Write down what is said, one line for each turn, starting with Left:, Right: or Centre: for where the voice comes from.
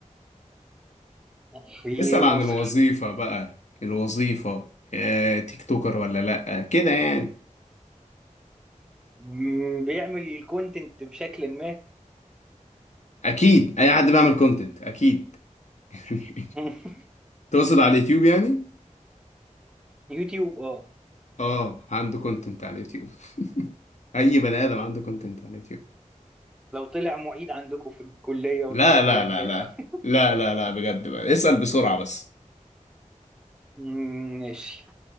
Centre: <laughs> في
Left: اسأل
Centre: مصر
Left: عن الوظيفة بقى الوظيفة آه، تيك توكر ولا لأ كده يعني
Centre: مم، بيعمل كونتنت بشكل ما
Left: أكيد أي حد بيعمل كونتنت أكيد <laughs>
Centre: <laughs>
Left: تقصد على اليوتيوب يعني؟
Centre: يوتيوب اه
Left: آه عنده كونتنت على اليوتيوب <laughs> أي بني آدم عنده كونتنت على اليوتيوب
Centre: لو طلع معيد عندكم في الكلية والكلام
Left: لا لا
Centre: ده هتضايق
Left: لا لا
Centre: أوي.
Left: لا لا لا بجد بقى اسأل بسرعة بس
Centre: مم، ماشي